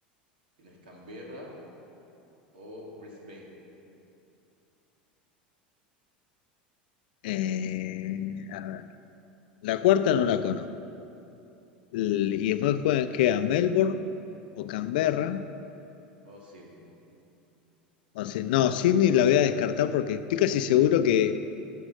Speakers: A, on the right; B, on the left.
A: Tienes Canberra o Brisbane
B: Eh, a ver. La cuarta no la conozco. L- Y después jue- queda Melbourne o Canberra.
A: o Sydney.
B: O sea, no, Sydney la voy a descartar porque estoy casi seguro que